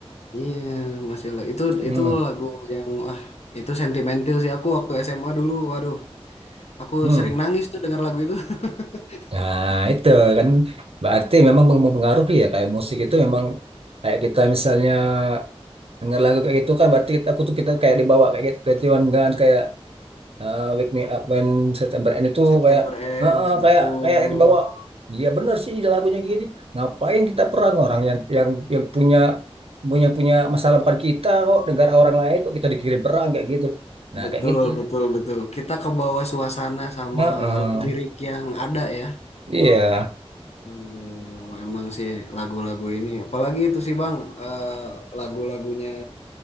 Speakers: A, on the left; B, on the right.
A: Iya, masih la- itu
B: hmm
A: itu lagu yang wah itu sentimental sih aku waktu SMA dulu. Waduh, aku
B: hmm
A: sering nangis tuh denger lagu itu. <laughs>
B: nah itu kan berarti memang mem- mempengaruhi ya kayak musik itu memang kayak kita misalnya denger lagu kayak gitu kan berarti kita aku tuh kita kayak dibawa kayak gitu twenty One Guns kayak uh, Wake Me Up When September End itu
A: September
B: kayak
A: Ends,
B: heeh,
A: betul,
B: kayak kayak dibawa dia bener sih lagunya gini ngapain kita perang orang yang yang yang punya punya punya masalah bukan kita kok negara orang lain kok kita dikirim perang kayak gitu nah
A: betul,
B: kayak gitu
A: betul, betul. Kita ke bawah suasana sama
B: Heeh.
A: lirik yang ada ya.
B: iya
A: Waduh, emang sih lagu-lagu ini, apalagi itu sih bang, eh, lagu-lagunya